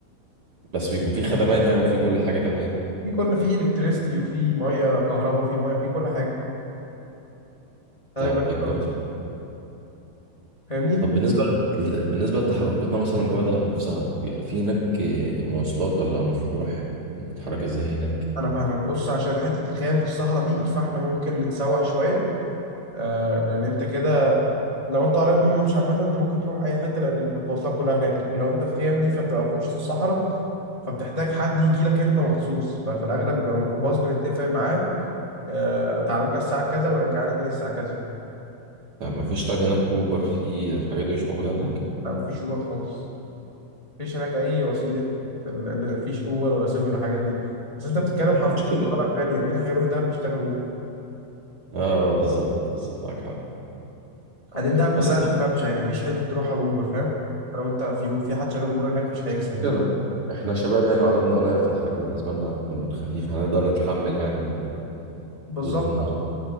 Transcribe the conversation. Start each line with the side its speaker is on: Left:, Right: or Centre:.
Right: بس بيكون في خدمات يعني وفي كل حاجة تمام
Left: في كل فيه الكتريستي وفي ميه كهرباء وفي ميه في كل حاجه فده
Right: طيب
Left: بيبقى حلو
Right: جامد
Left: أوي.
Right: فشخ.
Left: فاهمني
Right: طب بالنسبة ل- بالنسبة لتحركاتنا مثلا جوه دهب نفسها بيبقى في هناك مواصلات ولا المفروض نروح نتحرك ازاي هناك؟
Left: انا فاهمك بص عشان حته الخيام في الصحراء دي فاحنا ممكن نتسوح شويه آه لان انت كده لو انت قريب من الممشى عامة انت ممكن تروح اي حتة لان المتواصلات كلها هناك لكن لو انت في خيام دي فبتبقى في وسط الصحراء فبتحتاج حد يجي لك انت مخصوص ففي الاغلب بيبقى ميكروباص بنتفق معاه اه تعالى لنا الساعة كذا ورجعنا تاني الساعة كذا
Right: طب ما فيش طيب هناك اوبر في الحاجات دي مش موجودة هناك؟
Left: اه، مفيش اوبر خالص مفيش هناك اي وسيلة ال- ال- مفيش اوبر ولا سوبر ولا الحاجات دي بس انت بتتكلم حرفيا
Right: مشكلة
Left: في قارة تانية مين اللي هيروح دهب بيشتغل اوبر
Right: اه بالظبط بالظبط معاك حق
Left: بعدين دهب
Right: بس
Left: كلها في ممشى يعني مفيش حتة تروحها باوبر فاهم لو انت في في حد شغال اوبر هناك مش هيكسب
Right: مشكلة
Left: يعني
Right: احنا شباب يعني وعددنا قليل في الحركة بالنسبة لنا هتكون خفيف هنقدر نتحمل يعني
Left: بالظبط
Right: ظروف المواصلات